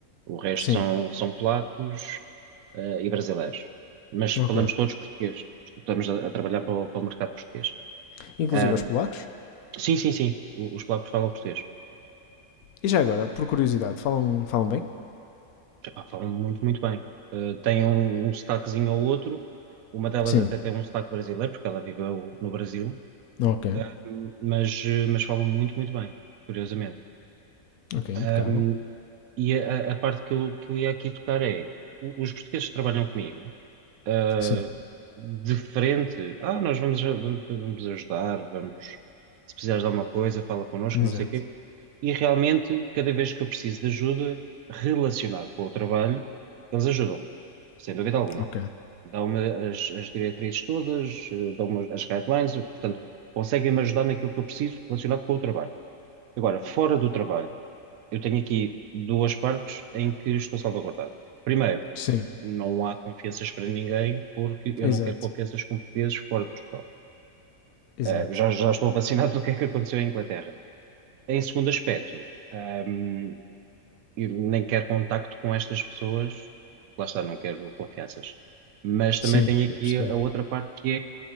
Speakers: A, on the right; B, on the left.
A: O resto
B: Sim.
A: são, são polacos, eh, e brasileiros. Mas falamos
B: Ok.
A: todos português. Estamos a, a trabalhar para o, para o mercado português.
B: Inclusive
A: Ahm,
B: aos polacos.
A: sim, sim, sim. o- Os polacos falam português.
B: E já agora, por curiosidade, falam, falam bem?
A: Epá, falam muito, muito bem. Eh, tem um, um sotaquezinho ou outro. Uma delas
B: Sim.
A: até tem um sotaque brasileiro, porque ela viveu no Brasil.
B: Ok.
A: Ahm, mas, eh, mas falam muito, muito bem, curiosamente.
B: Ok, impecável.
A: Ahm, e a, a parte que eu, que eu ia aqui tocar é: o- os portugueses que trabalham comigo, ah,
B: Sim.
A: de frente, ah, nós vamos, a- vamos, vamos ajudar, vamos, se precisares de alguma coisa, fala connosco,
B: Exato.
A: não sei o quê. E realmente, cada vez que eu preciso de ajuda relacionada com o trabalho, eles ajudam sem dúvida alguma.
B: Ok.
A: Dão-me as, as diretrizes todas, eh, dão-me as guidelines, eu, portanto, conseguem-me ajudar naquilo que eu preciso relacionado com o trabalho. Agora, fora do trabalho, eu tenho aqui duas partes em que estou salvaguardado. Primeiro,
B: Sim.
A: não há confianças para ninguém, porque eu
B: Exato.
A: não quero confianças com portugueses fora de Portugal.
B: Exato.
A: Eh, já, já estou vacinado do que é que aconteceu em Inglaterra. Em segundo aspecto, ehm, e nem quero contacto com estas pessoas, lá está, não quero confianças. Mas
B: Sim.
A: também tem
B: Estou
A: aqui
B: a perceber.
A: a outra parte que